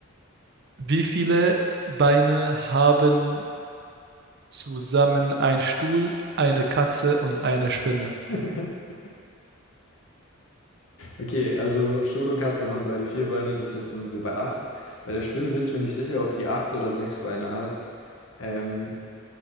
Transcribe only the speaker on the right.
Wie viele Beine haben zusammen ein Stuhl, eine Katze und eine Spinne?